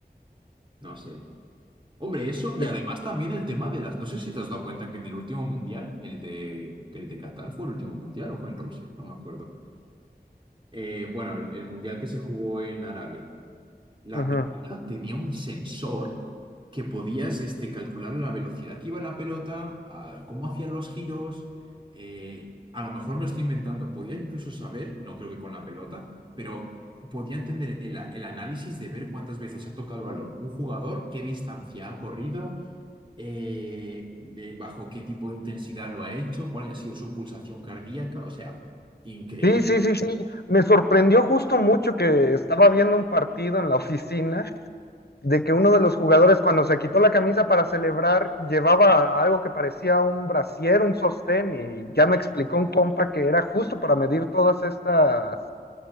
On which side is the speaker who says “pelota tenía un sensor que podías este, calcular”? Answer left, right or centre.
Right